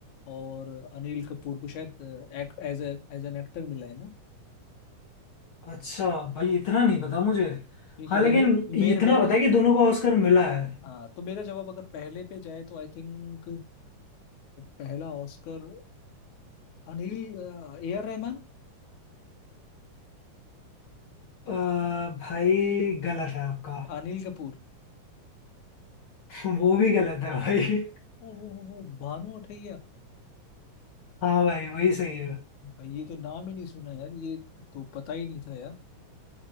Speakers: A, on the left; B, on the left.
A: और अनिल कपूर को शायद act as as an actor मिला है ना
B: अच्छा भाई इतना नहीं पता मुझे
A: ठीक
B: हाँ
A: है
B: लेकिन
A: भाई मे,
B: ये
A: मेरा
B: इतना
A: मेरा
B: पता है कि दोनों को ऑस्कर मिला है
A: हाँ तो मेरा जवाब अगर पहले पे जाए तो आई थिंक पहला Oscar Anil A R Rahman
B: अ, भाई गलत है आपका
A: Anil Kapoor
B: <laughs> वो भी गलत है भाई
A: ओ हो हो हो भानु अथैया
B: हाँ भाई वही सही है
A: भाई ये तो नाम ही नहीं सुना यार ये तो पता ही नहीं था यार